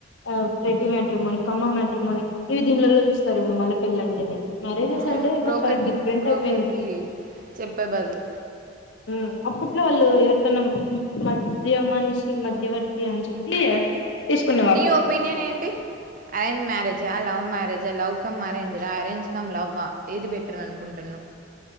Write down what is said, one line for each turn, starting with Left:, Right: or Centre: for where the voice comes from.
Left: ఆ రెడ్డి మ్యాటర్మోని కమ్మ మ్యాటర్మని ఇవి దీనిలలో చూస్తారు ఇప్పుడు మళ్ళీ పెళ్ళ అంటేనే మ్యారేజెస్
Right: అవును
Left: అంటే ఏమో
Right: బ్రోకర్కి
Left: చాలా డిఫరెంట్
Right: బ్రోకర్
Left: అయిపోయింది
Right: కి చెప్పే బదులు
Left: మ్మ్ అప్పుట్లో వాళ్ళు ఎవరికన్నా మట్ ధ్య మనిషి మధ్యవర్తి అని చెప్పి తీసుకునే వాళ్ళు
Right: నీ ఒపీనియన్
Left: ఇప్పుడు
Right: ఏంటి అరేంజ్ మ్యారేజా లవ్ మ్యారేజా లవ్ కమ్ అరేంజ్ డా అరేంజ్ కమ్ లవ్ వా ఏది బెటర్ అనుకుంటున్నావు